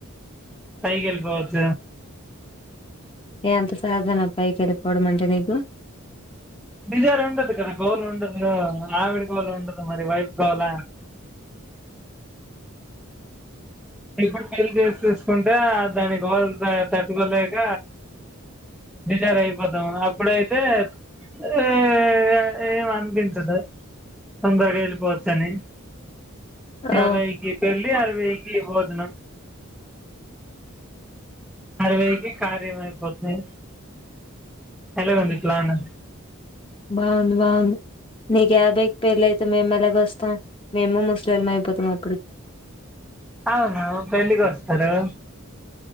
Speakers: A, in the centre; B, on the left.
A: కాయ గెలు పోవాచ్చ
B: ఏ ఎంత సరదా నా పైకి వెళ్ళిపోవడం అంటే నీకు
A: బడిజర్ ఉండదు కదా గోలు ఉండదు ఆవిడ గోళ ఉండదు మరి వైపు గోళ ఎప్పుడు పెళ్ళ చేసి చసుకుంటే దాని గ <unintelligible> పిల్లొల్లు లేక బేజారు అయిపోతాము అప్పుడైతే ఆ ఏ ఏం అనిపించదు తొందరగా వెళ్ళిపోవచ్చని
B: ఓ
A: తవేగి పళ్లి ఆరు వగకి ప అన్న అరవైకి కార్యం అయిపోతుంది ఎలా వుంది ప్లాను
B: బాగుంది బాగుంది నీకు యాభైకి పెళ్లి అయితే మేము ఎలాగ వస్తాం మేము ముసలోళ్ళం అయిపోతాం అప్పుడు
A: అవును పెళ్లికి వస్తారు